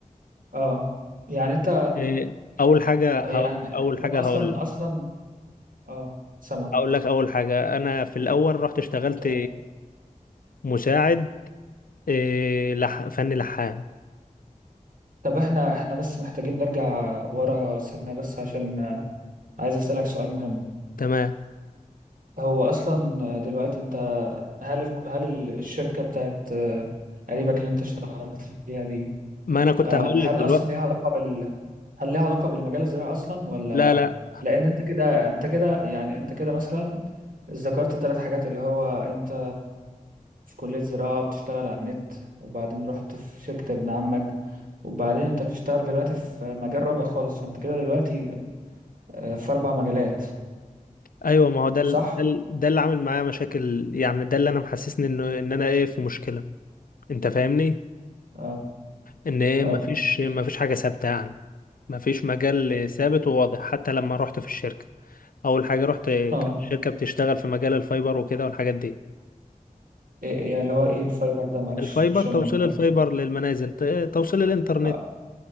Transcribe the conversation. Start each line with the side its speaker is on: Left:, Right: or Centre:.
Right: اه يعني انت
Left: إيه، اول حاجه هقول
Right: يعني
Left: اول
Right: طب
Left: حاجه
Right: اصلا
Left: هقول
Right: اصلا اه سمع
Left: هقول لك اول حاجه انا في الاول رحت اشتغلت
Right: تمام
Left: مساعد إيه، لح- فني لحام
Right: طب احنا احنا بس محتاجين نرجع ورا سنة بس عشان عايز أسألك سؤال مهم
Left: تمام
Right: هو أصلا دلوقتي أنت هل الك- هل الشركة بتاعت آه، قريبك اللي أنت اشتغلت فيها دي
Left: ما انا كنت
Right: آه،
Left: هقول
Right: هل
Left: لك دلوقتي
Right: أصلا ليها علاقة بال هل ليها علاقة بالمجال الزراعي أصلا ولا
Left: لا لا
Right: لأن أنت كده أنت كده يعني أنت كده مثلا ذكرت ثلاث حاجات اللي هو أنت في كلية زراعة بتشتغل على النت وبعدين رحت في شركة ابن عمك وبعدين أنت بتشتغل دلوقتي في مجال رابع خالص فأنت كده دلوقتي آه، في أربع مجالات
Left: ايوه ما هو ده ال-
Right: صح؟
Left: ده ال- ده اللي عامل معايا مشاكل يعني ده اللي انا محسسني انه ان انا ايه في مشكله انت فاهمني
Right: اه
Left: ان ايه
Right: اه
Left: مفيش مفيش حاجه ثابته يعني مفيش مجال ثابت وواضح حتى لما رحت في الشركه اول حاجه رحت كانت
Right: اه
Left: الشركه بتشتغل في مجال الفايبر وكده والحاجات دي
Right: إيه إيه يعني اللي هو ايه الفايبر ده معلش
Left: الفايبر
Right: عشان
Left: توصيل الفايبر للمنازل ت- توصيل الانترنت
Right: اه